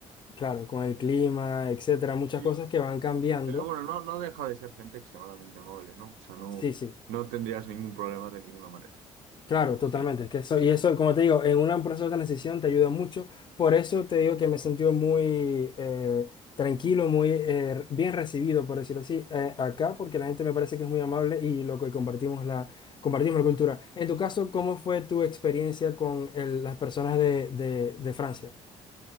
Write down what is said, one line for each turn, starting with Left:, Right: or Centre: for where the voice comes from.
Left: claro, con el clima, etcétera, muchas
Right: Sí,
Left: cosas que van
Right: sí.
Left: cambiando.
Right: Pero bueno, no, no deja de ser gente extremadamente amable, ¿no? O sea, no,
Left: Sí, sí.
Right: no tendrías ningún problema de ninguna manera.
Left: Claro, totalmente.
Right: Sí.
Left: Que eso, y eso, como te digo, en un proceso de transición te ayuda mucho. Por eso te digo que me he sentido muy eh, tranquilo, muy eh, bien recibido, por decirlo así, eh, acá, porque la gente me parece que es muy amable y lo que compartimos la, compartimos la cultura. En tu caso, ¿cómo fue tu experiencia con el- las personas de, de- de Francia?